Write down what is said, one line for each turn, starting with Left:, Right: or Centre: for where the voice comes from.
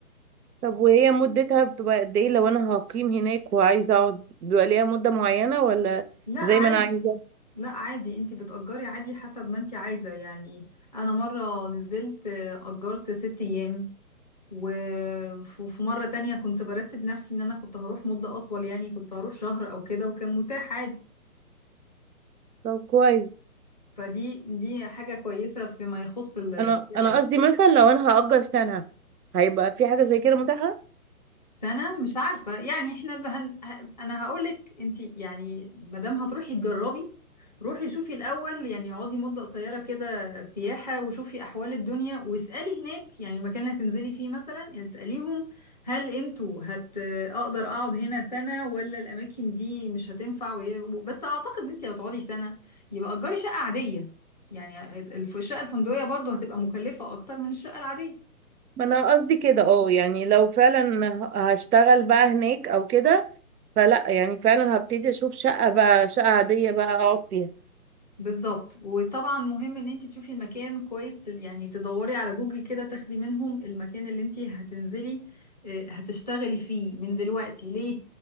Right: طب وهي مدتها بتبقى قد إيه لو أنا هقيم هناك وعايزة أقعد بيبقى ليها مدة معينة ولا
Left: لا عادي
Right: زي ما أنا عايزة
Left: لا عادي انت بتأجري عادي حسب ما انت عايزة يعني أنا مرة نزلت آه، أجرت ست أيام وفي مرة تانية كنت برتب نفسي ان انا كنت هروح مدة اطول يعني كنت هروح شهر او كده وكان متاح عادي
Right: طب كويس
Left: فدي دي حاجة كويسة فيما يخص السكن
Right: أنا أنا قصدي مثلا لو أنا هأجر سنة هيبقى في حاجة زي كده متاحة
Left: سنة مش عارفة يعني احنا بهن... ه- انا هقولك انتي يعني مادام هتروحي تجربي روحي شوفي الأول يعني اقعدي مدة قصيرة كده سياحة وشوفي أحوال الدنيا واسألي هناك يعني المكان اللي هتنزلي فيه مثلا يعني اسأليهم هل انتوا هت أقدر أقعد هنا سنة ولا الأماكن دي مش هتنفع وهي- بس أعتقد انتي لو تقعدي سنة يبقى أجري شقة عادية يعني الف- الشقة الفندقية برضو هتبقى مكلفة أكتر من الشقة العادية
Right: ما أنا قصدي كده أه يعني لو فعلا ه- هشتغل بقى هناك أو كده فلأ يعني فعلا هبتدي أشوف شقة بقى شقة عادية بقى أقعد فيها
Left: بالظبط وطبعا مهم ان انت تشوفي المكان كويس يعني تدوري على جوجل كده تاخدي منهم المكان اللي انت هتنزلي آه، هتشتغلي فيه من دلوقتي ليه